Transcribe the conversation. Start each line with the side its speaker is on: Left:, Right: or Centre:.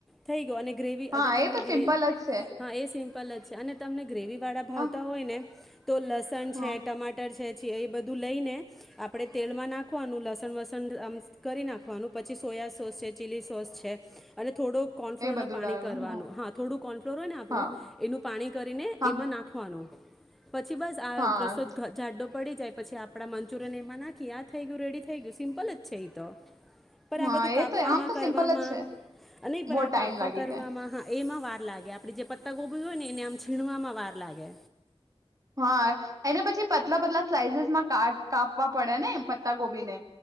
Centre: થઈ ગયો, અને ગ્રેવી
Right: હા
Centre: અગર
Right: એ
Centre: તમને
Right: તો સિમ્પલ
Centre: ગ્રે,
Right: જ છે
Centre: હા એ સિમ્પલ જ છે, અને તમને ગ્રેવી વાળા ભાવતા
Right: હા
Centre: હોય ને તો લસણ
Right: હા
Centre: છે <unintelligible> એ બધું લઈને, આપણે તેલ માં નાખવાનું, લસણ-વસણ આમ કરી નાખવાનું, પછી સોયા સોસ છે, ચીલી સોસ છે, અને થોડો કોર્ન ફ્લોરનો
Right: એ બધું
Centre: પાણી
Right: ઉડાવેલું
Centre: કરવાનું, હા થોડું કોર્ન ફ્લોર હોય ને આપણું,
Right: હા
Centre: એનું પાણી કરીને
Right: હા
Centre: એમાં નાખવાનું. પછી બસ આ
Right: હા
Centre: રસો <unintelligible> પડી જાય પછી આપડા મંચુરિયન એમાં નાખી આ થઈ ગયું રેડી થઈ ગયું સિમ્પલ જ છે એ તો. પણ
Right: હા
Centre: આ બધું કાપવામાં
Right: એ તો આમ તો
Centre: કરવામાં
Right: સિમ્પલ જ છે
Centre: નહી પણ
Right: બહુ
Centre: આ
Right: ટાઈમ
Centre: કાપવા
Right: લાગી
Centre: કરવામાં
Right: જાય
Centre: હા એમાં વાર લાગે આપડી જે પત્ત ગોબી હોય ને એને આમ છીણવામાં વાર લાગે.
Right: હા. એના પછી પતલા પતલા સ્લાઇસીસ માં કા કાપવા પડે ને પત્તા ગોબીને